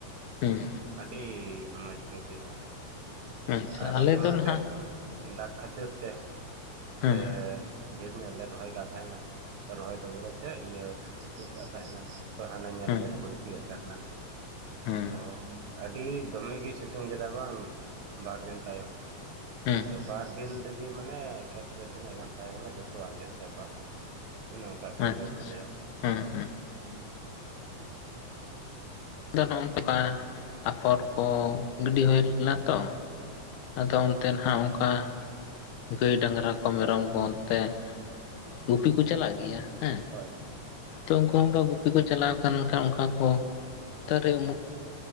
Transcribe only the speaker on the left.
ᱦᱩᱸ
ᱟᱪᱪᱷᱟ
ᱫᱚ
ᱱᱟᱦᱟᱜ
ᱦᱩᱸ
ᱦᱩᱸ
ᱦᱩᱸ
ᱦᱩᱸ
ᱟᱪᱪᱷᱟ
ᱟᱪᱪᱷᱟ
ᱦᱩᱸ ᱦᱩᱸ ᱟ ᱫᱚ ᱦᱚᱜᱼᱝ ᱱᱚᱠᱟ ᱟᱯᱷᱚᱨ ᱠᱚ ᱜᱤᱰᱤ ᱦᱳᱭ ᱞᱮᱱᱟ ᱛᱚ ᱾ ᱟᱫᱚ ᱚᱱᱛᱮ ᱱᱟᱦᱟᱜ ᱚᱱᱠᱟ ᱜᱟᱹᱭ ᱰᱟᱝᱨᱟ ᱠᱚ ᱢᱮᱨᱚᱢ ᱠᱚ ᱚᱱᱛᱮ ᱜᱩᱯᱤ ᱠᱚ ᱪᱟᱞᱟᱜ ᱜᱮᱭᱟ ᱦᱮ
ᱛᱚ ᱩᱱᱠᱦᱚ ᱚᱱᱠᱟ ᱜᱩᱯᱤ ᱠᱚ ᱪᱟᱞᱟᱣ ᱟᱠᱟᱱ ᱟᱠᱷᱟᱱ ᱚᱱᱠᱟ ᱠᱚ ᱛᱟᱨᱮ ᱩᱢᱩᱠ